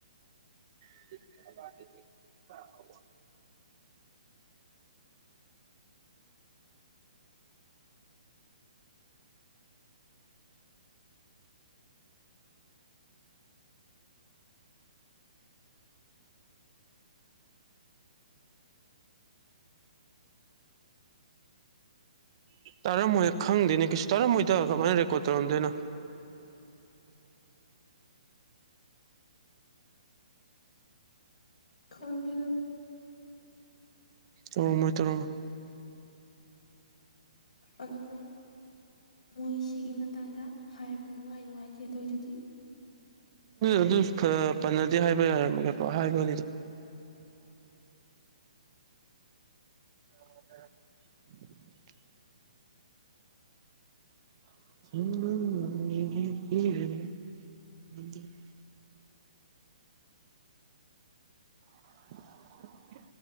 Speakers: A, on the right (about 45°); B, on the left (about 50°).
A: <unintelligible> ꯇꯥꯔꯝꯃꯣꯏ ꯈꯪꯗꯦꯅꯦ ꯀꯁꯨ ꯇꯥꯔꯝꯃꯣꯏꯗ ꯀꯃꯥꯏꯅ ꯔꯦꯀꯣꯔꯠ ꯇꯧꯔꯝꯗꯣꯏꯅ
B: <unintelligible>
A: ꯑꯣ ꯃꯣꯏ ꯇꯧꯔꯣꯝ
B: ꯑꯗꯨꯅ ꯃꯣꯏ ꯁꯤꯒꯤ ꯃꯇꯥꯡꯗ ꯍꯥꯏꯕ ꯅꯨꯡꯉꯥꯏ ꯅꯨꯡꯉꯥꯏꯇꯦ ꯑꯗꯨꯑꯣꯏꯗꯤ
A: ꯑꯗꯨ ꯄꯟꯅꯗꯦ ꯍꯥꯏꯕ ꯌꯥꯔꯃꯣ ꯍꯥꯏꯕꯅꯤꯗ <inaudible> ꯎꯝ ꯎ <unintelligible> <unintelligible>